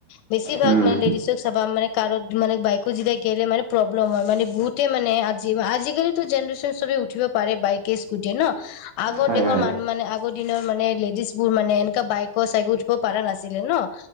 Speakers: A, on the left (about 80°); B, on the right (about 80°).
A: বেছিভাগ
B: উম,
A: মানে লেডিজক চাবা মানে কাৰোত মানে বাইকো যেতিয়াই গেলে মানে প্ৰব্লেম হয়। মানে বহুতে মানে আজি আজিকালিতো জেনেৰেচন সবে উঠিব পাৰে বাইকে স্কুটিয়ে ন? আগৰ
B: হয়
A: দেশৰ
B: হয়
A: মানুহ মানে আগৰ দিনৰ মানে লেডিজ বোৰ মানে এনেকা বাইকৰ চাইক উঠিব পৰা নাছিলে ন?